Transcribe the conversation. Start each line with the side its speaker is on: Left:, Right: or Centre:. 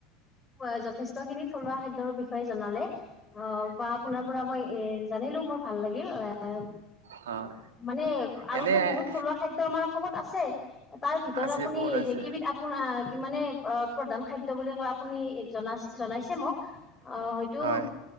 Left: হয়ঁ যথেষ্ট খিনি থলুৱা খাদ্যৰ বিষয়ে জনালে অ বাত- আপোনাৰ পৰা মই এ জানিলো মোৰ ভাল লাগিল এ-
Right: হয়
Left: মানে আৰুতো
Right: এনে
Left: বহুত থলুৱা খাদ্য- তো আমাৰ অসমত আছে তাৰ ভিতৰত
Right: আছে
Left: আপুনি
Right: বহুত আছে
Left: জেই কেই বিধ আপোনাৰ কি মানে অ প্ৰধান খাদ্য বুলি কয় আপুনি জনাইছে মোক অ হয়তো
Right: হয়